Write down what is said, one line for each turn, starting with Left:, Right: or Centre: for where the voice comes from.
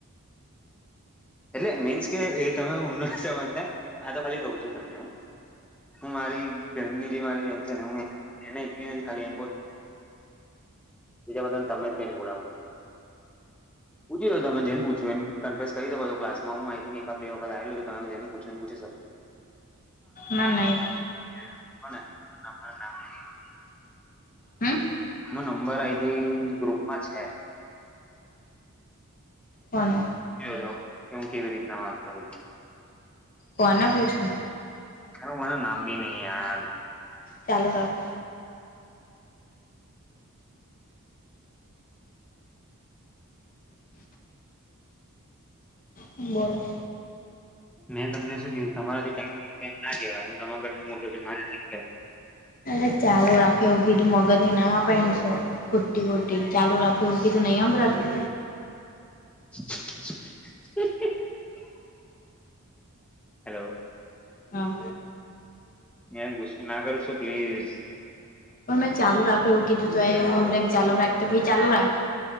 Centre: એટલે મીન્સ કે એ તમે હું ન સમજતા આ તો ખાલી કઉ છું તમને હું હું મારી ઘરની જે મારી બેન છે ને હું એને એક નથી ખાલી એમ કહુ છું બીજા બધાને તમે જ કઈ બોલાવું છું પૂછી તમે જેને પૂછ્યું એ કવેન્સ કરી શકો ક્લાસમાં હુએકાદ બે વખત છ તમેને પૂછીને પૂછી શકો
Left: ના નહી
Centre: ના <unintelligible>
Left: હમ
Centre: એનો નંબર આઈ થિંક ગ્રુપમાં છે
Left: કોણ
Centre: જો કે હું કેવી રીતના વાત કરું છું
Left: કોના પૂછું
Centre: એ મને નામબી નહી યાદ
Left: ચાલુ રાખે <inaudible> બોલો <unintelligible>
Centre: મેં તમને શું કિધું તમારાથી ના કેવાય તમારાથી મોટો છુ
Left: અ ચાલું રાખે એવું કીધું મગજ ની ના માં પહેનશું ખુટી ખુટી ચાલો રાખો એવું કીધું નહી અંભરાતું
Centre: તો <unintelligible> હેલો
Left: હા
Centre: મેમ ગુસ્સે ના કર છું પ્લીઝ
Left: હ મેમે ચાલુ રાખો એવું કીધું તો એવું અમ ચાલુ રાખ તો ભાઈ ચાલુ રાખ